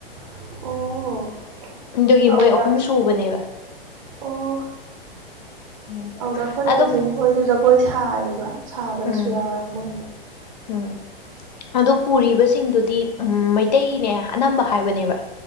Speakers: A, on the right (about 35°); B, on the left (about 45°).
A: ꯑꯣ
B: ꯑꯗꯨꯒꯤ
A: ꯑꯗꯨꯗ
B: ꯃꯣꯏ ꯑꯍꯨꯝ ꯁꯨꯕꯅꯦꯕ
A: ꯑꯣ
B: ꯎꯝ
A: ꯑꯗꯨꯗ ꯑꯩꯈꯣꯏ
B: ꯑꯗꯣ
A: ꯀꯖꯤꯟ ꯈꯣꯏꯁꯨ ꯖꯒꯣꯏ ꯁꯥꯏꯌꯦꯕ ꯁꯕꯁꯨ
B: ꯎꯝ
A: ꯌꯥꯎꯔꯨ
B: ꯎꯝ ꯑꯗꯨ ꯄꯨꯔꯤꯕꯁꯤꯡꯗꯨꯗꯤ ꯎꯝ ꯃꯩꯇꯩꯅꯦ ꯑꯅꯝꯕ ꯍꯥꯏꯕꯅꯦꯕ